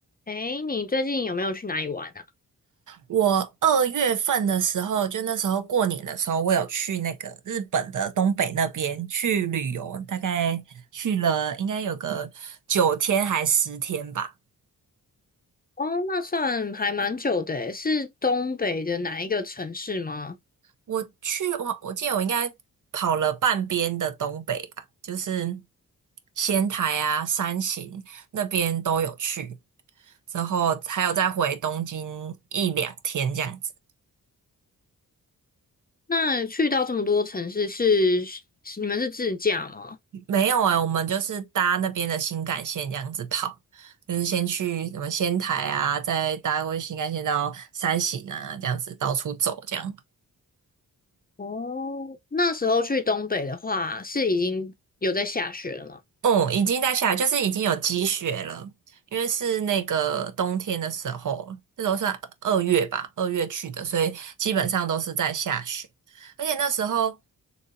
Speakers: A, on the left (about 25°); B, on the right (about 60°).
A: 哎，你最近有没有去哪里玩啊？
B: 我二月份的时候，就那时候过年的时候，我有去那个日本的东北那边去旅游，大概去了应该有个九天还十天吧。
A: 哦，那算还蛮久的诶，是东北的哪一个城市吗？
B: 我去，我我记得我应该跑了半边的东北吧，就是仙台啊、山形那边都有去，之后还有再回东京一两天这样子。
A: 那去到这么多城市是，是你们是自驾吗？
B: 没有啊，我们就是搭那边的新干线这样子跑，就是先去什么仙台啊，再搭过去新干线到山形啊，这样子到处走这样。
A: 哦，那时候去东北的话，是已经有在下雪了吗？
B: 哦、已经在下来，就是已经有积雪了，因为是那个冬天的时候，那时候算二月吧，二月去的，所以基本上都是在下雪，而且那时候。